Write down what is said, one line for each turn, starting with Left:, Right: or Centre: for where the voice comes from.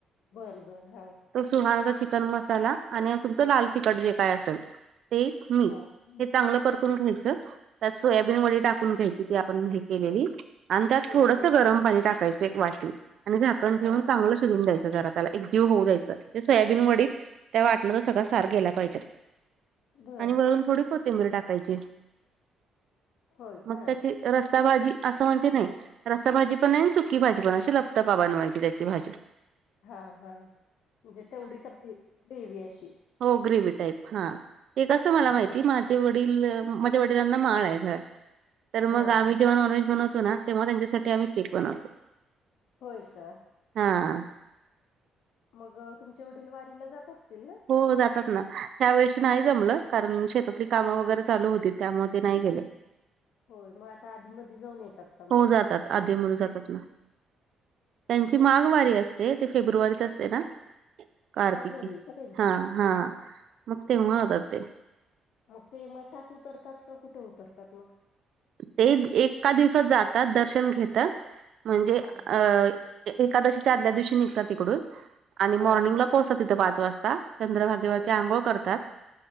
Left: बर, बर, हा
Right: तो सुहाणाचा चिकन मसाला आणि तुमचं लाल तिखट जे काय असेल ते मी
Left: हा हम्म
Right: हे चांगलंपरतून घ्यायचं त्यात सोयाबीन वडी टाकून घ्यायची ती आपण हे केलेली आणि त्यात
Left: हम्म
Right: थोडंसं गरम पाणी टाकायचं एक वाटी आणि झाकण ठेवून
Left: हा
Right: चांगलं शिजून द्यायचं घरातला एक जीव होऊ दयचा ते सोयाबीन वडीत त्या वाटणंचा सगळं सार गेला पाहिजेत.
Left: बर
Right: आणि वरून थोडी कोथिंबीर टाकायची
Left: होय
Right: मग
Left: का
Right: त्याची रसाभजीआस म्हणजे, नाही रसा भाजी पण नाही सुकी भाजी पण अशी लप्त पा बनवायची त्याची भाजी
Left: हा हा म्हणजे तेवढीच आप ग्रेवी अशी
Right: हो ग्रेवी टाईप, हा ते कसं मला
Left: हम्म.
Right: माहिती माझ वडील माझ्या वडिलांना माळ आहे तर
Left: बर
Right: मग आम्ही, जेव्हा नॉनव्हेज बनवतो ना तेव्हाच्यासाठी आमही केक बनवतो
Left: होय का
Right: हा
Left: मग तुमच्य वडील वारीला जात असतील ना
Right: हो जातात ना त्यावेेळेशी नाही जमलं कारण शेतातली कामं वगैरे चालू होती त्यामध्ये नाही गेले,
Left: होय मग आता आधी मध्यजाऊन येतात का
Right: हो
Left: मग
Right: जातात आधी म्हणून जातात ना त्यांची माघवारी असते ते फेब्रुवारीत असते ना कार्तिके
Left: माघवारी आहे का त्यांची
Right: हा हा मग तेव्हा होतात ते
Left: मग ते मठात उतरतात का कुठे उतरतात मग
Right: ते एका दिवसात जातात दर्शन घेतात म्हणजे
Left: हा
Right: अ एकादशीच्या आदल्या दिवशी निघतात तिकडून आणि
Left: बर
Right: मॉर्निंगला पोहोचतात तथं पाच वाजता चंद्रभाग देव
Left: हो
Right: ते आंघोळ करतात.